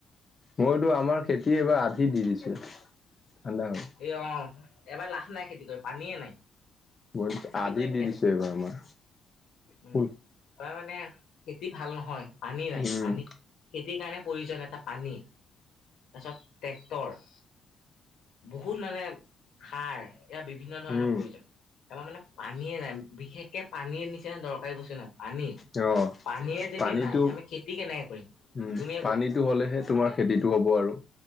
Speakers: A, on the left; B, on the left.
A: মইতো আমাৰ খেতি এইবাৰ আধি দি দিছোঁ ঠাণ্ডা হ'ল।
B: এ, অ', এবাৰ লাখ নাই খেতি কৰিব পানীয়ে নাই,
A: মই
B: খেতি
A: আধি
B: কৰিব
A: দি
B: কেনেকে?
A: দিছো এইবাৰ আমাৰ
B: উম,
A: ফুল
B: তাৰ মানে খেতি ভাল নহয়, পানী
A: উম,
B: নাই। পানী খেতিৰ কাৰণে প্ৰয়োজন এটা পানী, তাৰপিছত ট্ৰেক্টৰ। বহুত মানে সাৰ, ইয়াৰ বিভিন্ন ধৰণৰ
A: উম,
B: প্ৰয়োজন। এইবাৰ মানে পানীয়ে নাই, বিশেষকে পানীয়ে নিচিনা দৰকাৰী বস্তু নাই। পানী
A: অ'।
B: পানীয়ে যদি
A: পানীটো
B: নাই আমি খেতি কেনেকে কৰিম।
A: উম,
B: তুমিয়ে
A: পানীটো
B: কোৱা
A: হলেহে তোমাৰ খেতিটো হ'ব আৰু।